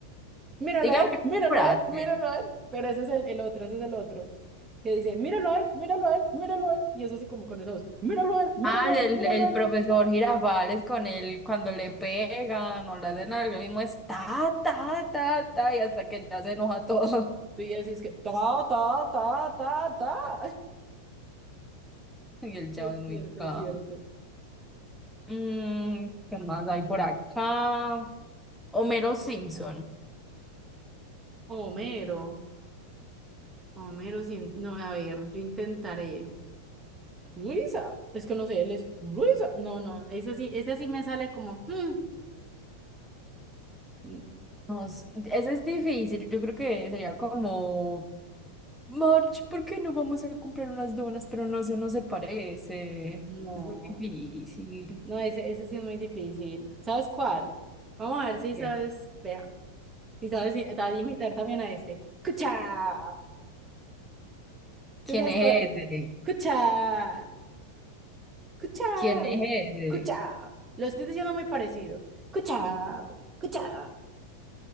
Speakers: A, on the right; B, in the centre.
A: míralo
B: Dígame,
A: a él, míralo
B: Prater.
A: a él, míralo a él. Pero ese es el, el otro, ese es el otro. Que dice, míralo a él, míralo a él, míralo a él. Y eso así como con esa voz, míralo a él, míralo
B: Ah,
A: a
B: el,
A: él, míralo
B: el
A: a él.
B: profesor Girafales con él cuando le pegan o le hacen algo, el mismo es ta, ta, ta, ta, y hasta que ya se enoja todo. <laughs>
A: Y así es que, ta, ta, ta, ta, ta. <laughs>
B: Y el chavo
A: Y es
B: es muy
A: cierto,
B: caja.
A: es cierto.
B: Mm, ¿qué más hay por acá? Homero Simpson.
A: Homero, Homero sin... No, a ver, yo intentaré. Luisa, es que no sé, él es Luisa. No, no, ese sí, ese sí me sale como... hmm, n-
B: No s- ese es difícil, yo creo que sería como March, ¿por qué no vamos a comprar unas donas? Pero no, eso no se parece.
A: No,
B: Es muy difícil.
A: no, ese, ese sí es muy difícil. ¿Sabes cuál? Vamos a ver si
B: Bien.
A: sabes, vea. Y sabes i- a- imitar también a este. ¡Cucha!
B: ¿Quién
A: ¿Sí sabes
B: es
A: cuál es?
B: ese?
A: ¡Cucha! ¡Cuchao!
B: ¿Quién es ese?
A: ¡Cuchao! Lo estoy diciendo muy parecido. ¡Cuchao! ¡Cuchao!